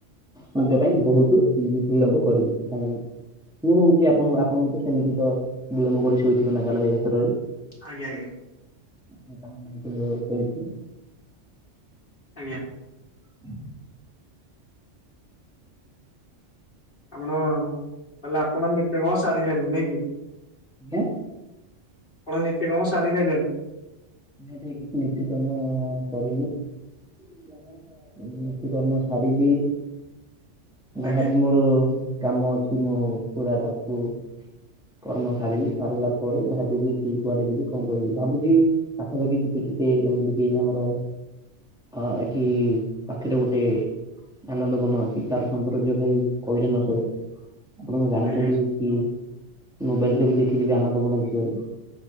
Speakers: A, in the centre; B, on the left.
A: ମୁଁ ଦେବା ପାଇଁ ବହୁତ ବିଳମ୍ବ କରିବି ସାଙ୍ଗମାନେ ମୁଁ ହଉକି ଆପଣ ହଉ ଆପଣ ମତେ ସେମିତି ତ ବିଳମ୍ବ କରି ଶୋଇଥିଲେ ନାଗାଳୟ କ୍ଷେତ୍ରରେ।
B: ଆଜ୍ଞା ଆଜ୍ଞା,
A: ଆ କାମ ଏଇ କରଛି,
B: ଆଜ୍ଞା,
A: <unintelligible>
B: ଆପଣ ତାହାଲେ ଆପଣ ନିତ୍ୟ କର୍ମ ସାରି ସାରିଲେଣି ନାଇଁ କି।
A: ଆଜ୍ଞା,
B: ଆପଣ ନିତ୍ୟ କର୍ମ ସାରି ସାରିଲେଣି?
A: ନାଇଁ ଭାଇ କିଛି ନିତ୍ୟ କର୍ମ-ଅ-ଅ-ଅ କରିନି। ମୁଁ ନିତ୍ୟ କର୍ମ ସାରିଲି ଯାହାବି
B: ଆଜ୍ଞା
A: ମୋର କାମ ଅଛି ମୁଁ ପୁରା ତାକୁ କର୍ମ ସାରିବି ସାରିଲା ପରେ ଭାବିବି କି କୁଆଡେ ଯିବି କଣ କରିବି ଭାବିବି ପାଖାପାଖି ଯିବେ ଟିକେ ଏମିତି କିି ଆମର ହଁ ଏଠି-ଇ-ଇ ପାଖରେ ଗୋଟେ ଆନନ୍ଦ ବନ ଅଛି ତାର ସୌନ୍ଦର୍ଯ୍ୟ ଭାଇ କହିଲେ ନ ସରେ। ଆପଣ ଜାଣିଛନ୍ତି
B: ଆଜ୍ଞା
A: କି ମୋବାଇଲ ରେ ବି ଦେଖିଥିବେ ଆନନ୍ଦବନ ବିଷୟରେ।